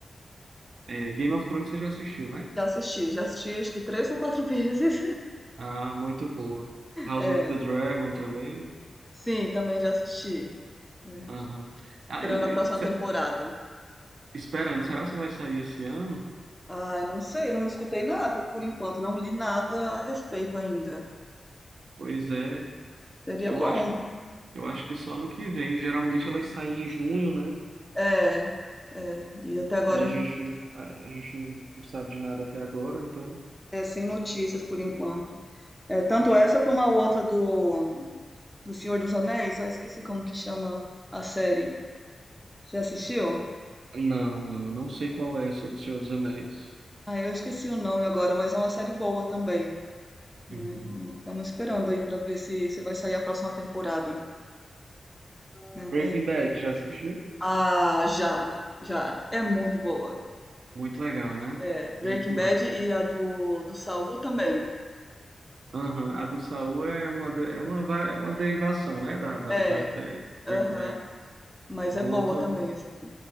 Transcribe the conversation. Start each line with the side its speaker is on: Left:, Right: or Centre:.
Right: é, Game of Thrones você já assistiu, né?
Centre: já assisti, já assisti acho que três ou quatro <laughs> vezes.
Right: Ah, muito boa. House
Centre: É,
Right: of the Dragon também.
Centre: sim, também já assisti. É,
Right: Aham. Ah,
Centre: esperando
Right: eu, eu-
Centre: a próxima
Right: se-
Centre: temporada.
Right: esperando, será que vai sair esse ano?
Centre: Ai, não sei, não escutei nada por enquanto, não li nada a respeito ainda.
Right: Pois é,
Centre: Seria
Right: eu
Centre: bom.
Right: acho que Eu acho que só ano que vem. Geralmente elas saem em junho, né?
Centre: É, é, e até agora
Right: E a
Centre: não
Right: gente, a, a gente não sabe de nada até agora, então.
Centre: é sem notícias por enquanto. É, tanto essa como a outra do, do Senhor dos Anéis, eu esqueci como que chama a série. Você assistiu?
Right: Não, não, eu não sei qual é essa do Senhor dos Anéis.
Centre: Ah, eu esqueci o nome agora, mas é uma série boa também. né?
Right: Uhum.
Centre: Estamos esperando aí para ver se, se vai sair a próxima temporada. né? Mas,
Right: Breaking Bad, já assistiu?
Centre: ah, já, já. É muito boa.
Right: Muito legal, né?
Centre: É, Breaking
Right: Muito massa.
Centre: Bad e a do, do Saul também.
Right: Aham, A do Saul é uma, de- é uma, va- é uma derivação, né? Da, da
Centre: É,
Right: do Breaking Bad. Breaking
Centre: aham.
Right: Bad.
Centre: Mas
Right: Boa
Centre: é boa
Right: também.
Centre: também. assim.